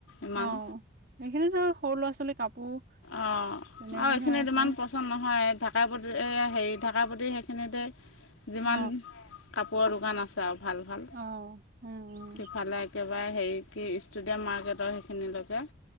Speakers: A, on the left; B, on the right.
A: ইমান
B: অ', সেইখিনি ন সৰু ল'ৰা ছোৱালীৰ কাপোৰ
A: অ',
B: তেনেকুৱাহে
A: আৰু এইখিনি
B: আছে
A: যিমান কষ্ট নহয় থাকাই পতি এয়া হেৰি থাকাপতি সেইখিনিতে যিমান
B: অ
A: কৰ দোকান আছে আৰু ভাল ভাল,
B: অ উম উম
A: সেইফালে একেবাৰে হেৰি কি ষ্টুডিয়াম মাৰ্কেটৰ সেইখিনিলৈকে